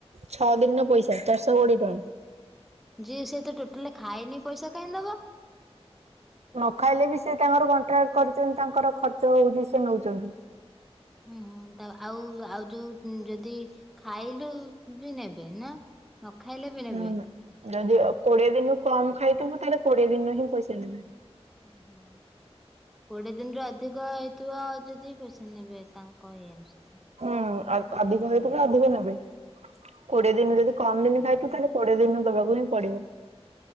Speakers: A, on the right; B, in the centre.
A: ଛଅ ଦିନିର ପଇସା ଚାରିଶହ କୋଡିଏ ଟଙ୍କା।
B: ଯିଏ ସେ ତ ଟୋଟାଲି ଖାଇନି ପଇସା କାହିଁ ଦବ?
A: ନ ଖାଇଲେ ବି ସେ ତାଙ୍କର କଣ୍ଟ୍ରାକ୍ଟ କରିଛନ୍ତି ତାଙ୍କର ଖର୍ଚ୍ଚ ହଉଛି ସେ ନଉଚନ୍ତି।
B: ହୁଁ ହୁଁ ତା ଆଉ ଆଉ ଯୋଉ ଯଦି ଖାଇଲୁ ବି ନେବେ ନା? ନ ଖାଇଲେ ବି ନେବେ।
A: ହୁଁ ଯଦି କୋଡିଏ ଦିନ ରୁ କମ ଖାଇଥିବଁ ତାହେଲେ କୋଡିଏ ଦିନ ହିଁ ପଇସା ନେବେ।
B: ହୁଁ ହୁଁ। କୋଡିଏ ଦିନରେ ଅଧିକ ହେଇଥିବ ଆଉ ଯଦି ପେସେ ନେବେ ତାଙ୍କ ଏଇ
A: ହୁଁ ଅଧିକ ହେଇଥିଲେ ନା ଅଧିକ ନେବେ। କୋଡିଏ ଦିନ ଯଦି କମ ଦିନ ଖାଇଥୁ ତାହେଲେ କୋଡିଏ ଦିନ ଦେବାକୁ ହିଁ ପଡିବ।